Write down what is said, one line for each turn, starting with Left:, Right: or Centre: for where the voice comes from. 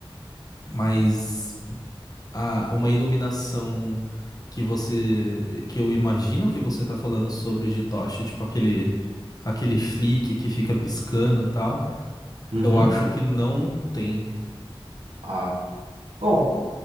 Left: Mas. a- uma iluminação que você que eu imagino que você tá falando sobre de tocha, tipo aquele aquele flick que fica piscando e tal.
Right: uhum.
Left: Eu acho que não tem.
Right: Ah, bom,